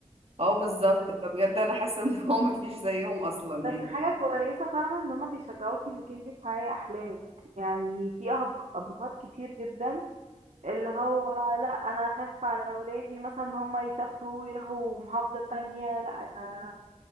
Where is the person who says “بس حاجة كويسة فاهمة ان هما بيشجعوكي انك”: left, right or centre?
Right